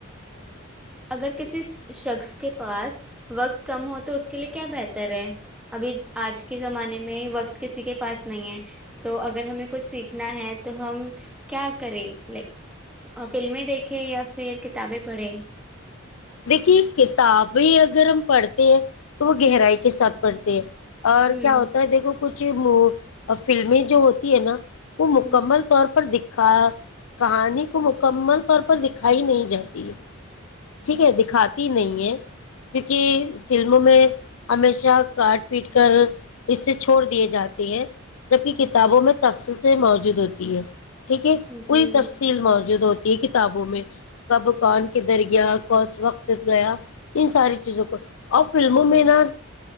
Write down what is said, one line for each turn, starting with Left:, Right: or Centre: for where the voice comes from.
Centre: اگر کسی شخص کے پاس وقت کم ہو تو اس کے لیے کیا بہتر ہے ابھی آج کے زمانے میں وقت کسی کے پاس نہیں ہے تو اگر ہمیں کچھ سیکھنا ہے تو ہم کیا کریں لائک فلمیں دیکھیں یا پھر کتابیں پڑھے
Left: دیکھیے کتابیں اگر ہم پڑھتے ہیں تو وہ گہرائی
Centre: ہ
Left: کے ساتھ پڑھتے اور
Centre: ہ
Left: کیا ہوتا ہے دیکھو کچھ فلمیں جو ہوتی ہے نا وہ مکمل
Centre: ہ ہ
Left: طور پر دکھ کہانی کو مکمل طور پر دکھائی نہیں جاتی ہے ٹھیک ہے دیک کھاتی نہیں ہے کیونکہ فلموں میں ہمیشہ کاٹ پیٹ کر اس سے چھوڑ دیے جاتے ہیں جبک کتابوں میں تفصل سے موجود ہوتی ہے ٹھیک ہے پوری
Centre: جی
Left: تفصیل موجود ہوتی کتابوں میں کب کون کے در گیا کوس وقت گیا ان ساری چیزوں کو اور فلموں میں نا